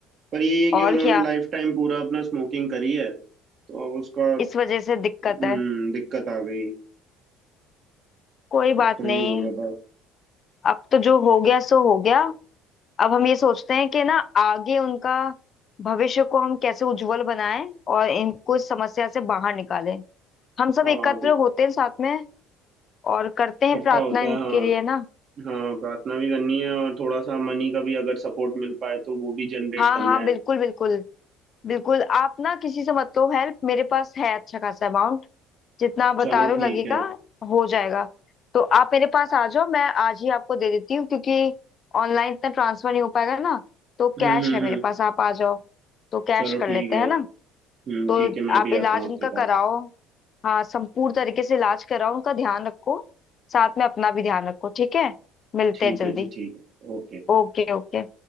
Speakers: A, on the right; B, on the left.
A: पर यही है कि
B: और
A: उन्होंने
B: क्या
A: लाइफ टाइम पूरा अपना स्मोकिंग करी है तो अब उसका
B: इस वजह से दिक्कत
A: हम्म
B: है
A: दिक्कत आ गई
B: कोई बात
A: डॉक्टर
B: नहीं
A: ये बोल रहा था
B: अब तो जो हो गया सो हो गया अब हम ये सोचते हैं कि ना आगे उनका भविष्य को हम कैसे उज्जवल बनाएं और इनको इस समस्या से बाहर निकालें हम सब
A: हाँ
B: एकत्र
A: अभी
B: होते हैं साथ में और करते
A: इकट्ठा
B: हैं प्रार्थना
A: होते
B: इनके
A: हैं हाँ
B: लिए ना
A: हाँ प्रार्थना भी करनी है और थोड़ा सा मनी का भी अगर सपोर्ट मिल पाए तो वो भी जनरेट
B: हाँ
A: करना
B: हाँ
A: है
B: बिल्कुल बिल्कुल बिल्कुल आप ना किसी से मत लो हेल्प मेरे पास है अच्छा खासा अमाउंट जितना आप बता
A: चलो
B: रहे हो
A: ठीक
B: लगेगा
A: है
B: हो जाएगा तो आप मेरे पास आ जाओ मैं आज ही आपको दे देती हूँ क्योंकि ऑनलाइन इतना ट्रांसफर नहीं हो पाएगा ना तो
A: हम्म
B: कैश
A: हम्म
B: है
A: हम्म
B: मेरे पास आप आ जाओ तो कैश
A: चलो
B: कर
A: ठीक
B: लेते
A: है
B: हैं ना
A: हम्म
B: तो
A: ठीक है मैं
B: आप
A: भी
B: इलाज
A: आता हूँ आपके
B: उनका कराओ
A: पास
B: हाँ संपूर्ण तरीके से इलाज कराओ उनका ध्यान रखो साथ में अपना भी ध्यान रखो ठीक है मिलते
A: ठीक
B: हैं जल्दी
A: है जी ठीक है ओके
B: Okay okay